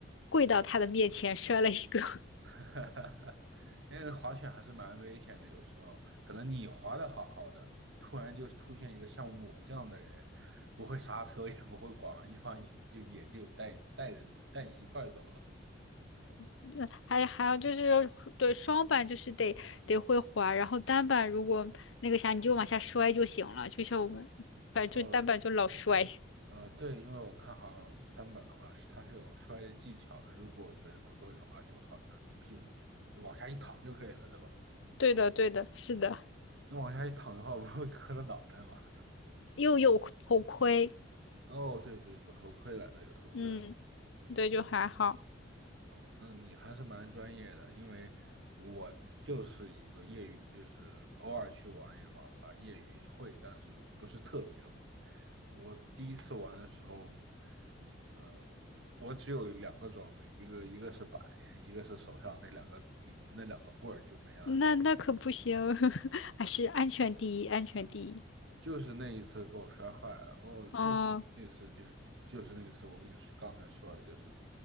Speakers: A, on the left; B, on the right.
A: 跪到他的面前摔了一个。
B: <laughs> 哈哈，因为滑雪还是蛮危险的，有时候可能你滑的好好的，突然就出现一个像我这样的人，不会刹车，也不会拐弯，就把你就也就带带着你带你一块儿走了。
A: 那还还有就是对双板就是得得会滑，然后单板如果那个啥，你就往下摔就行了，就像我们反正就单板就老摔。
B: 哦，
A: <laughs>
B: 呃，对，因为我看好像单板的话是它是有摔的技巧的，如果觉得不对的话，就好像就屁股就往下一躺就可以了，对吧？
A: 对的，对的，是的，
B: 你往下一躺的话，不会磕到脑袋吗？
A: 又有头盔，
B: 哦，对对，有头盔来的，有头盔来的。
A: 嗯，对，就还好。
B: 哦，那你还是蛮专业的，因为我就是一个业余，就是偶尔去玩一玩吧，业余会，但是不是特别会。我第一次玩的时候，呃，我只有两个装备，一个一个是板，<laughs> 一个是手上那两个那两个棍儿就没了。
A: 那那可不行，<laughs> 还是安全第一，安全第一。
B: 就是那一次给我摔坏了，然后就是那次就是第就是那次我跟你说刚才说的，
A: 嗯，
B: 就是